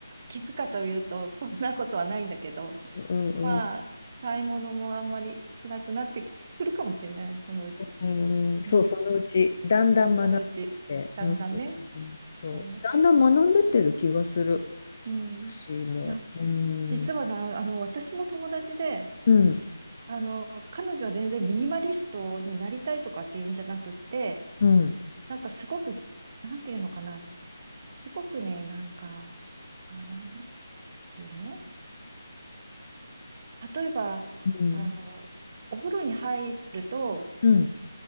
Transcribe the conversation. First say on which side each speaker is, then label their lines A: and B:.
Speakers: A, on the right; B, on the left.
A: き効くかというと、そんなことはないんだけど、
B: うんうんうん
A: まあ、買い物もあんまりしなくなってくるかもしれない、そのうち。
B: うんうん、そう、
A: うん。
B: そのうち、だんだん学んでて、
A: そのうち、だんだんね。
B: うん、うん、そう。
A: そ
B: だんだん学んでってる気がする。
A: う。うん。
B: 私も。
A: いや、
B: うん。
A: 実はな、
B: う
A: あの、私の友達で、
B: ん。
A: あの、彼女は全然ミニマリストになりたいとかっていうんじゃなくって、
B: うん。
A: なんかすごく、なんていうのかな、すすごくね、なんか、あ、なんていうの例えば、
B: うん。
A: あの、お風呂に入ると、
B: うん。